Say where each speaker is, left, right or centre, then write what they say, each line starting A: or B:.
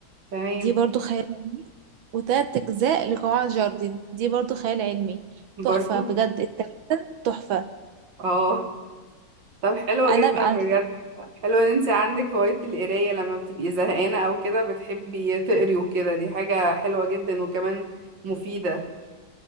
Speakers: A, on the right (about 60°); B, on the right (about 75°).
A: تمام
B: دي برضو خيال علمي وتلات أجزاء لقواعد جاردن دي برضو خيال علمي
A: برضو
B: تحفة بجد التلاتة تحفة
A: اه طب حلو
B: أنا
A: جدا
B: أنا
A: بجد حلو ان انت عندك هواية القراية لما بتبقي زهقانة او كده بتحبي تقري وكده دي حاجة حلوة جدا وكمان مفيدة